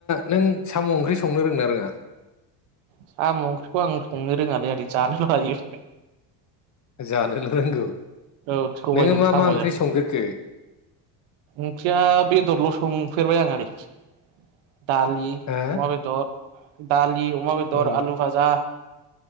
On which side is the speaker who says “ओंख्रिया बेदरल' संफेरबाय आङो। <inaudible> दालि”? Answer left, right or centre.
Right